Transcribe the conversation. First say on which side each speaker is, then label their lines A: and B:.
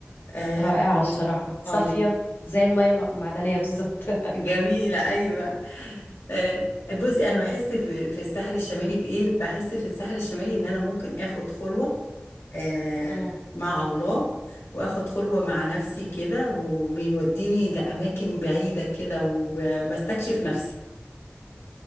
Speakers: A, on the left; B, on the left.
A: اه
B: رائعة
A: وال-
B: الصراحة صافية
A: أيوة،
B: زي المية المعدنية بالظبط <laughs>
A: جميله ايوه آه بصي انا بحس ب- في الساحل الشمالي بايه بحس في الساحل الشمالي ان انا ممكن اخد خلوه آه،
B: مم.
A: مع الله واخد خلوة مع نفسي كده وبيوديني لأماكن بعيدة كده وبستكشف نفسي